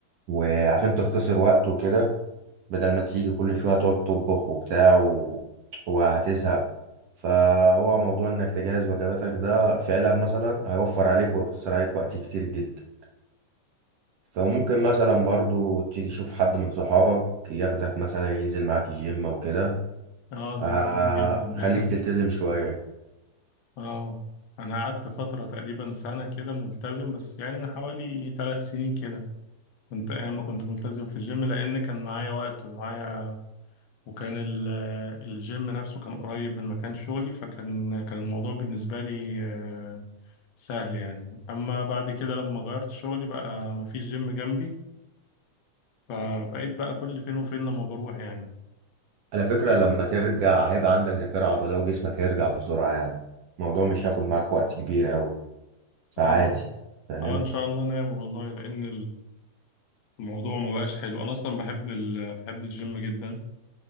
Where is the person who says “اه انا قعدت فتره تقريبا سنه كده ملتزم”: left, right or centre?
Left